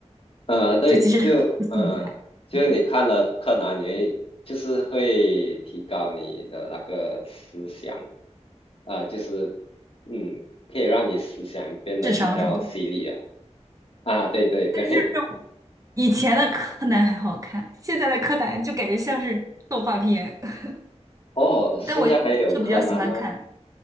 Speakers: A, on the left (about 55°); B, on the right (about 30°).
A: 呃，对，
B: 就即使他现在，
A: 就呃，就你看了柯南，
B: 嗯，
A: 你会就是会提高你的那个思想，啊、就是嗯，可以让你思想变得比较犀利啊。
B: 智商是吗？
A: 啊，对对对，
B: <laughs> 以前的柯南还好看，现在的柯南就感觉像是动画片。<laughs>
A: <laughs> 哦，现在还有柯南吗？
B: 但我就比较喜欢看，